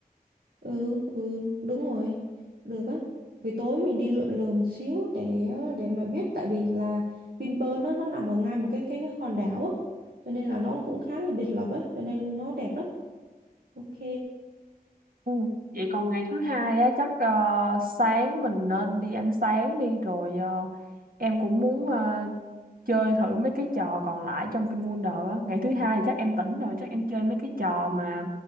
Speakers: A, on the right; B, on the right.
A: Ừ ừ đúng rồi. Được á. Buổi tối mình đi lượn lờ một xíu để để mà biết tại vì là Vinpearl nó nó nằm ở ngay một cái cái hòn đảo á, cho nên là nó cũng khá là biệt lập á, cho nên nó đẹp lắm. Ok.
B: ừ. Vậy còn ngày thứ hai á chắc à, sáng mình nên đi ăn sáng đi rồi ờ, Em cũng muốn ờ, chơi thử mấy cái trò còn lại trong VinWonder á. Ngày thứ hai thì chắc em tỉnh rồi, chắc em chơi mấy cái trò mà